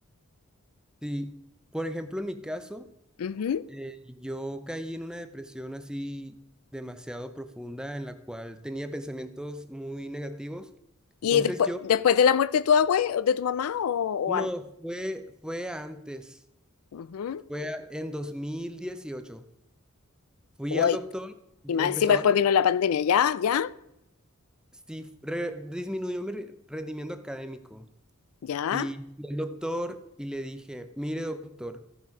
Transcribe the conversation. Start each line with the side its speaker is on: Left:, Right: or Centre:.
Centre: Sí. Por ejemplo, en mi caso,
Left: Ujú.
Centre: eh, yo caí en una depresión así demasiado profunda en la cual tenía pensamientos muy negativos.
Left: Y
Centre: Entonces
Left: después,
Centre: yo,
Left: después de la muerte de tu abue, o de tu mamá o,
Centre: no,
Left: o antes.
Centre: fue, fue antes,
Left: Ujú.
Centre: fue a- en 2018. Fui
Left: Uy.
Centre: al doctor, empezó
Left: Y más encima después
Centre: a
Left: vino la pandemia. ¿Ya? ¿Ya?
Centre: sí re- disminuyó mi re- rendimiento académico.
Left: ¿Ya?
Centre: Y fui al doctor y le dije, mire doctor,